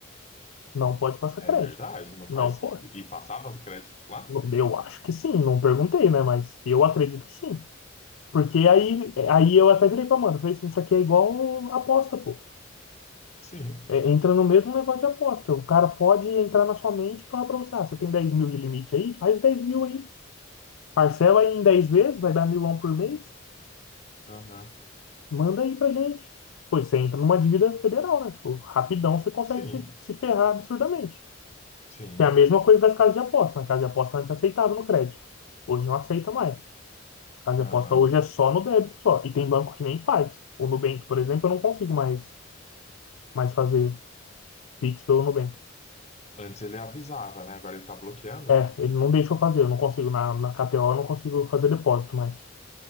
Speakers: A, on the left; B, on the left.
A: Não pode passar
B: É
A: crédito.
B: verdade, não faz.
A: Não pode.
B: E passava os créditos lá?
A: Não- Eu acho que sim, não perguntei, né? Mas eu acredito que sim. Porque
B: Caramba.
A: aí, aí eu até virei pra mano, falei assim, isso aqui é igual aposta, pô.
B: Sim,
A: É, entra no mesmo negócio de aposta. O cara pode entrar na sua mente e falar pra você, ah, você tem dez mil de limite aí? Faz dez mil aí. Parcela aí em 10 vezes, vai dar milão por mês.
B: aham,
A: Manda aí pra gente. Pois você entra numa dívida federal, né? Tipo, rapidão você consegue
B: Sim,
A: se, se ferrar absurdamente.
B: sim,
A: Que é a mesma coisa das casas de aposta, né? Casa de aposta antes aceitava no crédito. Hoje não aceita mais. Casa
B: aham.
A: de aposta hoje é só no débito só. E tem banco que nem faz. O Nubank, por exemplo, eu não consigo mais, mais fazer Pix pelo Nubank.
B: Antes ele avisava, né? Agora ele tá bloqueando?
A: É, ele não deixa eu fazer. Eu não consigo. Na, na KTO eu não consigo fazer depósito mais.